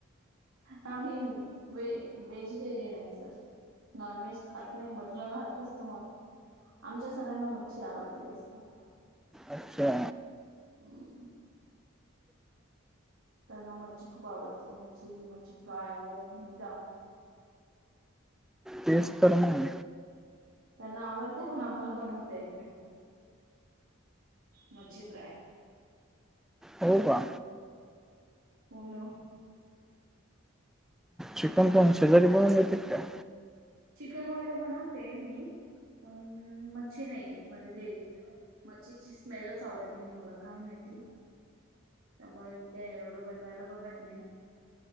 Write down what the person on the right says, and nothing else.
हा मी व व्हेजिटेरियन आहे सर नॉन व्हेज खात नाही म्हटलं ना आताच तुम्हाला आमच्या सर्ांना मच्छी आवडते जासतो
हम त्यांना मच्छी खूप आवडते मच्छी मच्छी फ्राय वगैरे का
त्यांना आवडतेंय पण आम्हाला बनवताय एक नाही मची प्राय
होण
चिकन वगैरे बनवते मी पण मच्छी नाहीेत म्हणजे ते मच्छीची स्मेलच आवडत नाही मला काय माहिती त्यामुळे मी काय एवढं बनवायला बघत नाही